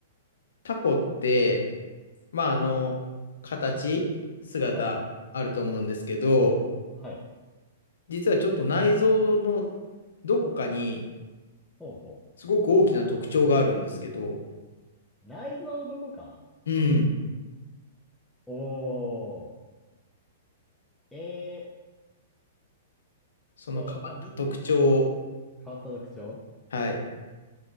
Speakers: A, on the left (about 80°); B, in the centre.
A: タコって、まあ、あの、形、姿あると思うんですけど、
B: はいはい。はい。
A: 実はちょっと内臓のどこかに
B: ほうほ
A: すごく大きな特徴があるんですけど、
B: う。内臓どこか
A: うん、
B: おー。えーっ
A: その変わった特徴、
B: と、まあ、人、変わった特徴
A: はい。